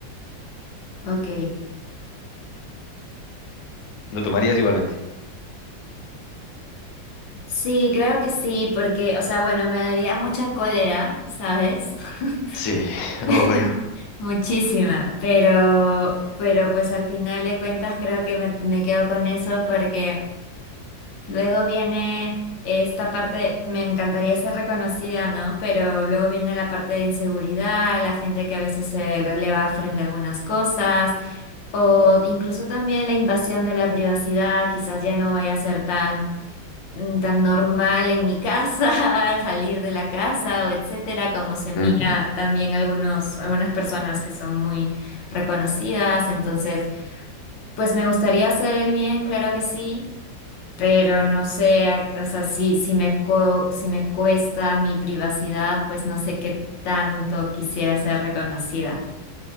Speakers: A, on the left; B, on the left.
A: Ok.
B: ¿Lo tomarías igualmente?
A: Sí, creo que sí, porque, o sea, bueno, me daría mucha cólera, ¿sabes? <laughs>
B: Sí, obvio.
A: <laughs> Muchísima, pero, pero pues al final de cuentas creo que me, me quedo con eso porque luego viene esta parte, me encantaría ser reconocida, ¿no? Pero luego viene la parte de inseguridad, la gente que a veces se releva frente a algunas cosas, o incluso también la invasión de la privacidad, quizás ya no voy a ser tan mm, tan normal en mi casa, <laughs> salir de la casa o etcétera, como se mira
B: Mm,
A: también algunos, algunas personas que son muy reconocidas. Entonces, pues me gustaría hacer el bien, claro que sí, pero no sé, a- o sea, si, si me, co- si me cuesta mi privacidad, pues no sé qué tanto quisiera ser reconocida.